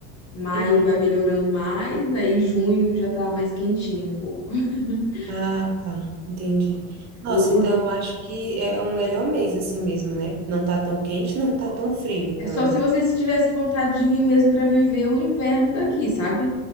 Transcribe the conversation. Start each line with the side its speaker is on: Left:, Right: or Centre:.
Left: maio
Right: Uhum.
Left: vai melhorando mais, aí junho já tá mais quentinho um pouco. <laughs>
Right: Ah, tá, entendi. Nossa,
Left: O-
Right: então
Left: o-
Right: eu acho que é o melhor mês assim mesmo, né? Não tá tão quente, não tá tão frio, então.
Left: é só se vocês tivessem vontade de vir mesmo pra viver o inverno daqui, sabe?